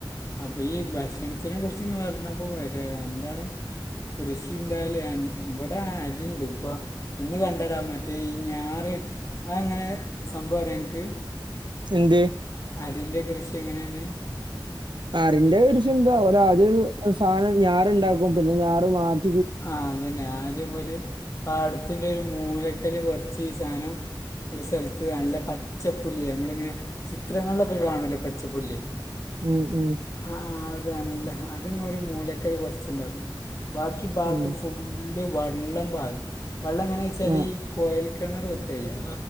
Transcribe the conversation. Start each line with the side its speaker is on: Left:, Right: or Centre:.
Left: അപ്പൊ ഈ ഭക്ഷണത്തിന് കുർച്ച് പർഞ്ഞപ്പൊ വരാ എന്താണ്? കൃഷിണ്ടായാലും അൻ ഇവിടെ അരിണ്ട് ഇപ്പോ ഇന്ന് കണ്ടെടാ മറ്റേ ഈ ഞാറ് അത്‌ അങ്ങനെ സംഭവറിയോ ഇൻക്ക്
Right: എന്ത്
Left: അരിന്റെ കൃഷി എങ്ങനെയെന്ന്?
Right: അറിന്റെ ഒരു ചിന്ത ഓര് ആദ്യ സാനം ഞാറുണ്ടാക്കും പിന്നെ ഞാറ് മാറ്റ്
Left: ആ അതന്നെ ആദ്യം ഓല് പാടത്തിന്റെ ഒരു മൂലക്കല് കുറച്ച് ഈ സാനം ഒരു സ്ഥലത്ത് നല്ല പച്ചപ്പുല്ല് നമ്മളിങ്ങനെ ചിത്രങ്ങളിലൊക്കെ കാണൂലേ പച്ചപ്പുല്ല്
Right: ഉം ഉം
Left: ആഹ് ആഹ് അവര് നല്ല അതങ്ങൊരു മൂലക്കല് കൊർച്ചുണ്ടാക്കും. ബാക്കി ഇഭാഗത്ത്
Right: ഉം
Left: ഫുള്ള് വെള്ളം പാരും. വെള്ളം എങ്ങനെച്ചാല്
Right: ആഹ്
Left: കൊഴൽ ക് കിണറുത്തായ്യ